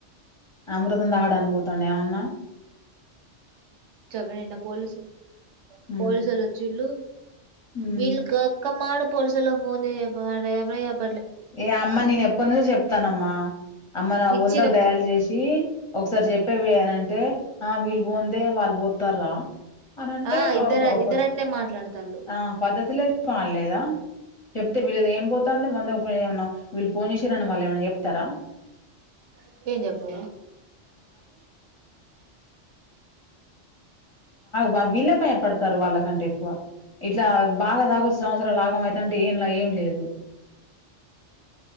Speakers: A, on the left; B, on the right.
A: అమృతం దాగడాను పోతాండే ఎవన్నా
B: చెప్పన్న పోలుసు
A: మ్మ్
B: పోలీసలు వచ్చిల్లు
A: మ్మ్
B: వీల్లు ఓక్క మటా పోలీసలో ఫోన్ చేయ వారు ఎవరు ఎ వై అప్
A: ఏ అమ్మ నేను ఎప్పటి నుదో చెప్తానమ్మా అమ్మ నా
B: ఇచ్చిన
A: వందకు డయాలు చేసియి ఒకసారి చెప్పేవె అనంటే ఆ వీళ్ళు పోందే వాళ్ళు పోతార్ రా అనంటే
B: ఆ ఇద్దరు
A: ఓఫర్
B: ఇద్దరు అట్నే మాట్లాడతాళ్ళు
A: ఆ పద్ధతులే పాడులేదా చెబతే వీలది ఏం పోతు వస్తాంది వంద ఏమో వీళ్ళు ఫోన్ చేసిరని వాళ్ళు ఏమన్నా చెప్తారా
B: అంతే చెప్పు
A: వా వెళ్లే భయపడుతు తర్వాళ్ళకంటే ఎక్కువ ఇట్లా బాగా తాగొచ్చే సంవత్సరాలు ఆగం అయిత అంటే ఏం లా ఏం లేదు